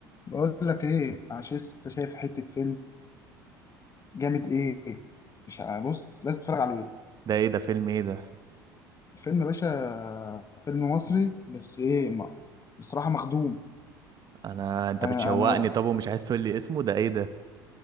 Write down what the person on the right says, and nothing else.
ده ايه ده فيلم ايه ده
انا انت
بتشوقني
طب ومش عايز تقول لي اسمه ده ايه ده